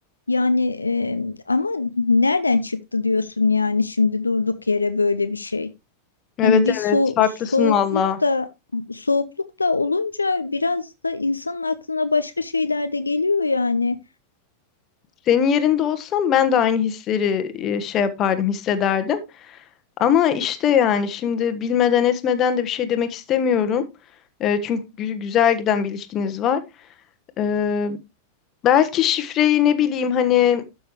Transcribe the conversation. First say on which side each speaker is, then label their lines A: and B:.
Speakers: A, on the left; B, on the left.
A: Yani e, ama nereden çıktı diyorsun yani şimdi durduk yere böyle bir şey.
B: Evet
A: Hani bir so
B: evet haklısın
A: soğukluk
B: valla.
A: da soğukluk da olunca biraz da insanın aklına başka şeyler de geliyor yani.
B: Senin yerinde olsam ben de aynı hisleri e, şey yapardım hissederdim. Ama işte yani şimdi bilmeden etmeden de bir şey demek istemiyorum. Eee, çünkü gü- güzel giden bir ilişkiniz var. Eee, belki şifreyi ne bileyim hani